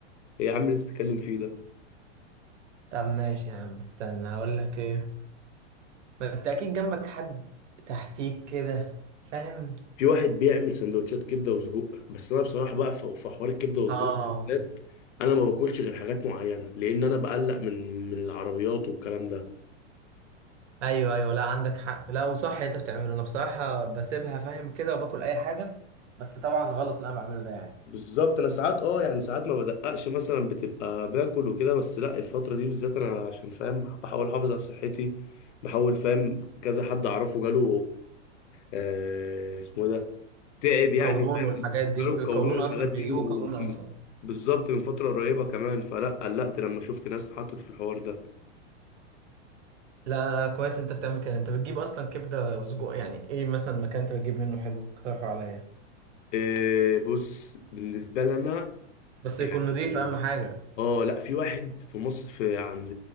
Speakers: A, on the left; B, on the right.
A: ايه يا عم اللي أنت بتتكلم فيه ده
B: طب ماشي يا عم استنى هقول لك إيه ما انت اكيد جنبك حد تحتيك كده فاهم
A: في واحد بيعمل سندوتشات كبده وسجق بس انا بصراحه بقى في في حوار الكبده والسجق
B: اه
A: ده بالذات انا ما باكلش غير حاجات معينه لان انا بقلق من من العربيات والكلام ده
B: ايوه ايوه لا عندك حق لا وصح اللي انت بتعمله انا بصراحه بسيبها فاهم كده وباكل اي حاجه بس طبعا غلط اللي انا بعمله ده يعني
A: بالظبط انا ساعات اه يعني ساعات ما بدققش مثلا بتبقى باكل وكده بس لا الفتره دي بالذات انا عشان فاهم بحاول احافظ على صحتي بحاول فاهم كذا حد اعرفه جاله آه اسمه إيه ده تعب
B: القولون
A: يعني فاهم
B: والحاجات دي
A: جاله
B: القولون
A: القولون والحاجات
B: اصلا بيجيبوا
A: دي و...
B: قولون اصلا
A: بالظبط من فتره قريبه كمان فلا قلقت لما شفت ناس اتحطت في الحوار ده
B: لا كويس انت بتعمل كده انت بتجيب اصلا كبده وسجق يعني ايه مثلا مكان انت بتجيب منه حلو اقترحه عليا
A: إيه بص بالنسبة لنا
B: بس
A: يعني
B: يكون نضيف اهم حاجه
A: اه لا في واحد في مصر في عند